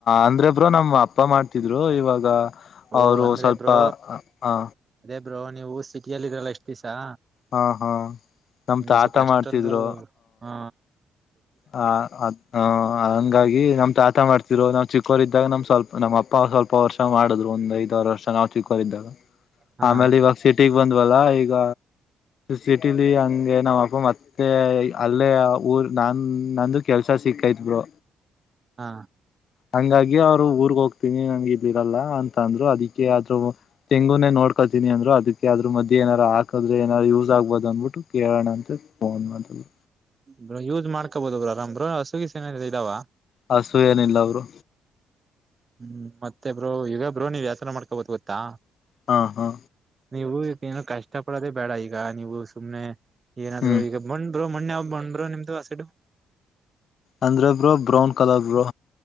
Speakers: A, on the left; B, on the right.
A: ಅಂದ್ರೆ ಬ್ರೋ ನಮ್ಮ್ ಅಪ್ಪ ಮಾಡ್ತಿದ್ರು ಇವಾಗ
B: ಓ
A: ಅವರು
B: ಅಂದ್ರೆ
A: ಸ್ವಲ್ಪ
B: ಬ್ರೋ
A: ಹ ಹ
B: ಅದೇ ಬ್ರೋ ನೀವು ಸಿಟಿಯ ಇರಲ್ಲ ಎಷ್ಟು ಾ
A: ಹಾ ಹಾ ನಮ್
B: ನಿಮ್ಗೆ
A: ತಾತ
B: ಸ್ವಲ್ಪ ಅಷ್ಟೊಂದು
A: ಮಾಡ್ತಿದ್ರು
B: ಹಾ
A: ಹ ಅದ್ ಹ ಹಂಗಾಗಿ ನಮ್ ತಾತ ಮಾಡ್ ಇರೋ ನಾವ್ ಚಿಕ್ಕೋರಿದ್ದಾಗ ನಮ್ ಸ್ವಲ್ಪ ನಮ್ಮ ಅಪ್ಪ ಸ್ವಲ್ಪ ವರ್ಷ ಮಾಡಿದ್ರು ಒಂದ್ ಐದಾರ್ ವರ್ಷ ನಾವು ಚಿಕ್ಕೋರಿದ್ದಾಗ
B: ಹಾ
A: ಆಮೇಲೆ ಇವಾಗ ಸಿಟಿಗ್ ಬಂದ್ವಲ್ಲ ಈಗ ಸಿಟಿಲಿ ಹಂಗೆ ನಮ್ಮ್ ಅಪ್ಪ ಮತ್ತೆ ಅಲ್ಲೇ ಊರ್ ನಾ ಹ್ಮ್ ನಂದು ಕೆಲ್ಸ ಸಿಕ್ಕೈತ್ ಬ್ರೋ
B: ಹಾ
A: ಹಂಗಾಗಿ ಅವ್ರು ಊರ್ಗ್ ಹೋಗ್ತೀನಿ ಹಂಗ್ ಇದಿರಲ್ಲ ಅಂತ ಅಂದ್ರು ಅದುಕ್ಕೆ ಆದು ತೆಂಗುನೇ ನೋಡ್ ಕತಿನಿ ಅಂದ್ರು ಅದುಕ್ಕೆ ಅದ್ರು ಮದ್ಯೆ ಏನಾರ ಹಾಕದ್ರೆ ಏನಾರ ಯೂಸ್ ಆಗ್ಬೋದು ಅಂದ್ಬಿಟ್ಟು ಕೇಳಣಂತ ಫೋನ್ ಮಾಡಿದ್ವಿ.
B: ಬ ಯೂಸ್ ಮಾಡ್ಕೋಬೋುದು ಬ್ರ ಆರಾಮ್್ರಸುಗಿ ನ ಇದಾವ
A: ಹಸು ಏನಿಲ್ಲ ಅವರು
B: ಹ್ಮ್ ಮತ್ತೆ ಬ್ರೋ ಈಗ ಬ್ರೋ ನೀವ್ ಯ್ಯಾಾಸನ ಮಾಡ್ಕೊಬೋದು ಗೊತ್ತಾ
A: ಹಾ ಹಾ
B: ನೀವು ಈಗ ಏನು ಕಷ್ಟ ಪಡೋದೆೇ ಬೇಡ ಈಗ ನೀವು ಸುಮ್ನೆ ಏನಾದ್ೂ
A: ಹ್ಮ್
B: ಈಗ ೋ ಮಣ್ಣೆ ಹಬ್ಬ ಬಂದ್ ಬ್ರೋ ನಿಮ್ದುಾಸಿಡು
A: ಅಂದ್ರೆ ಬ್ರೋ ಬ್ರೌನ್ ಕಲರ್ ಬ್ರೋ